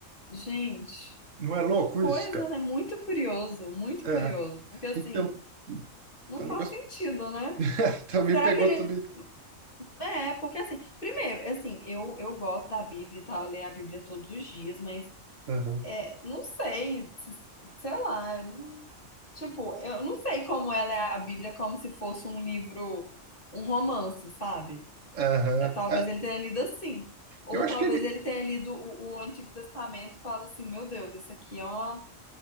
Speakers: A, on the left; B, on the right.
A: Gente,
B: Não é louco
A: que coisa,
B: isso, cara?
A: né? Muito curioso, muito
B: É.
A: curioso. Porque, assim,
B: Então,
A: não
B: o
A: faz
B: negócio
A: sentido, né?
B: <laughs> também
A: Tipo, será
B: pegou
A: que ele
B: também.
A: É, porque assim, primeiro, é assim, eu, eu gosto da Bíblia e tal, eu leio a Bíblia todos os dias, mas
B: Aham,
A: é, não sei, se- sei lá, eu não- tipo, eu não sei como ela é a Bíblia como se fosse um livro, um romance, sabe?
B: aham.
A: É, talvez
B: É,
A: ele tenha lido assim. Ou
B: eu acho
A: talvez
B: que ele.
A: ele tenha lido o, o Antigo Testamento e fala assim, meu Deus, isso aqui é uma.